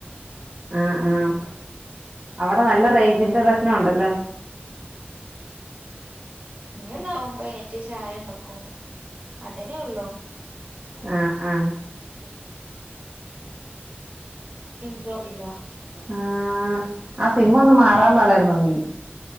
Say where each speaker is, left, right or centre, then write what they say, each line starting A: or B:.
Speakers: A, on the right; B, on the right.
A: ആഹ് ആഹ് അവ്ടെ നല്ല റെയ് ഞ്ചിന്റെ പ്രശ്നംണ്ടല്ലോ
B: ഇഞ് നോമ്പയ്ഞ്ഞിട്ട് ചായണ്ടാക്കും അതന്നെ ഉള്ളൂ
A: ആ ഹ്ആഹ്
B: ഇണ്ട് ട്ടോ ഇല്ല
A: ആഹ് ആസിമ്മൊന്ന് മാറാൻ പറി രുന്ന് ങ്കി